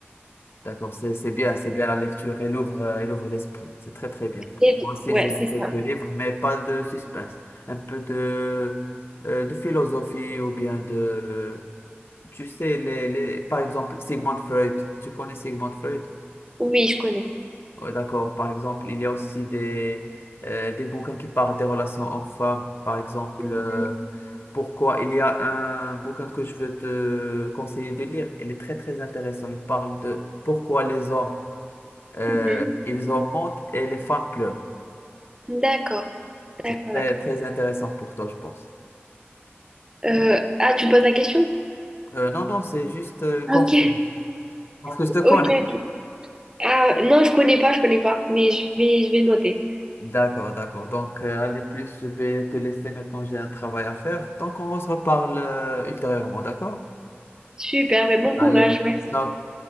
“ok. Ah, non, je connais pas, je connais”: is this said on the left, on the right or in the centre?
Right